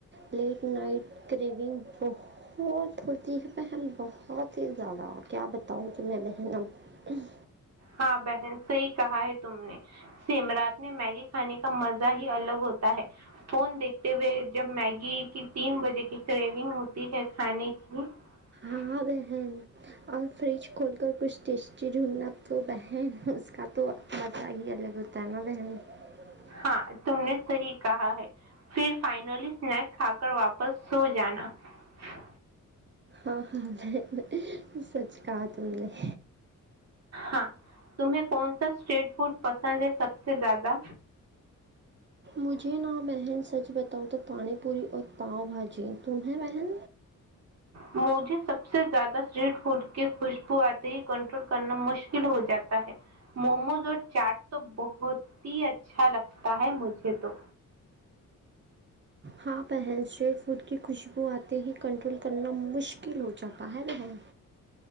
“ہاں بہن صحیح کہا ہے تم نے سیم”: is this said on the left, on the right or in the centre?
Right